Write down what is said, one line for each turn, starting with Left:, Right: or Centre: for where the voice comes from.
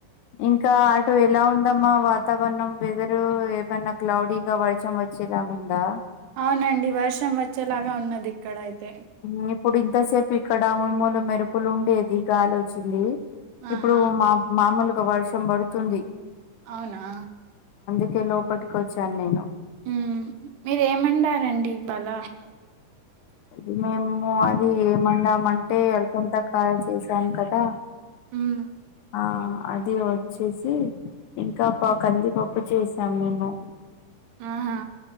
Left: ఇంకా అటు ఎలా ఉందమ్మా వాతావరణం వెదరు ఏమన్నా క్లౌడీగా వర్షం వ వచ్చె లాగా ఉందా
Right: అవునండి వర్షం వచ్చేలాగా ఉన్నది ఇక్కడ అయితే
Left: మ్మ్ ఇప్పుడు ఇంతసేపు ఇక్కడ ఉరుములు మెరుపులు ఉండేది గాలి వొచ్చింది
Right: ఆహా
Left: ఇప్పుడు మా మామూలుగా వర్షం పడుతుంది
Right: అవునా
Left: ఇప్పుడే లోపటికి వచ్చా నేను
Right: మ్మ్ మీరేం వండారండి ఇవాళ
Left: అది మేము అది ఏం వండమంటే అలసంద కాయలు చేసాను కదా
Right: అవున
Left: ఆ అది వచ్చేసి ఇంకా పా కందిపప్పు చేసాం మేము
Right: ఆహ